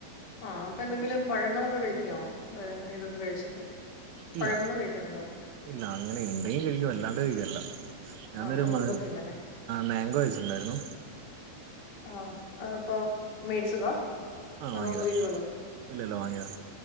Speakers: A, on the left; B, on the right.
A: ആഹ അപ്പൊ എന്തെങ്കിലും പഴങ്ങളൊക്കെ കഴിക്കുവോ ഇതൊക്കെ കഴിച്ചിട്ട്
B: ഇല്ല
A: പഴങ്ങള് കഴിക്കാറുണ്ടോ
B: ഇല്ല അങ്ങനെ ഉണ്ടെങ്കിൽ കഴിക്ക അല്ലാ അവികല്ല ഞാനൊരു
A: ആ അങ്ങനെ നിർബന്ധം
B: മ
A: ഇല്ലല്ലേ
B: മംഗോ കഴിച്ചിട്ടുണ്ടായിരുന്നു
A: ആഹ അപ്പൊ മേടിച്ചതാ
B: ആഹ്
A: അതോ
B: വാങ്ങിയതാ
A: വീട്ടിലള്ളതോ
B: ഇല്ലല്ല വാങ്ങിയതാ